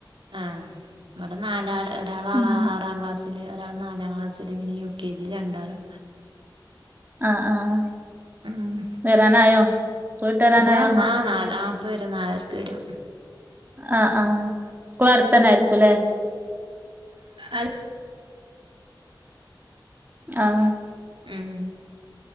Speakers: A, on the right; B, on the right.
A: ആഹ് ഇവിടെ നാലാള് ഒരാള് <unintelligible>
B: ഉം
A: ആറാം ക്ലാസ് ഒരാള് നാലാം ക്ലാസ്സില് പിന്നെ യു കെ ജി രണ്ടാളും
B: ആഹ് ആഹ്
A: ഉം
B: വരാറായോ സ്കൂൾ വിട്ട് വരാറായോ
A: എന്താ ആഹ് നാല് ആഹ് ഇപ്പ വരും നാലരക്ക് വരും
B: ആഹ് ആഹ് സ്കൂള് അടുത്ത് തന്നെ ആയിരിക്കൂല്ലേ
A: <unintelligible>
B: ആഹ്
A: ഉം